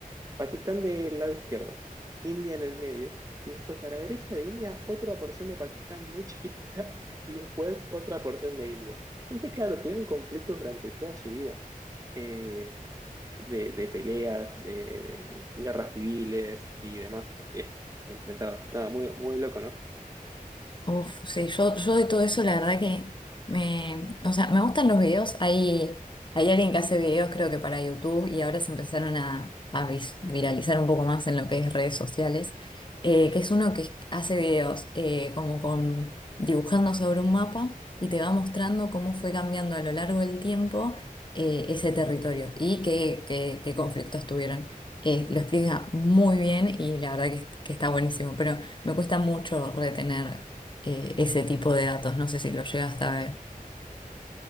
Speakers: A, on the right; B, on the left.
A: Pakistán del lado izquierdo, India en el medio, y después a la derecha de India otra porción de Pakistán muy <laughs> chiquitita, y después otra porción de India. Entonces, claro, tuvieron conflictos durante toda su vida, eh, de, de peleas, eh, de guerras civiles y demás eh, enfrentados. Nada, muy, muy loco, ¿no?
B: Uf, sí, yo, yo de todo eso la verdad que me, o sea, me gustan los videos. Hay, hay alguien que hace videos creo que para YouTube y ahora se empezaron a, a vis- viralizar un poco más en lo que es redes sociales, eh, que es uno que hace videos eh, como con dibujando sobre un mapa y te va mostrando cómo fue cambiando a lo largo del tiempo eh, ese territorio y qué, qué, qué conflictos tuvieron. Eh, lo explica muy bien y la verdad que, que está buenísimo, pero me cuesta mucho retener eh, ese tipo de datos. No sé si lo llegaste a ver.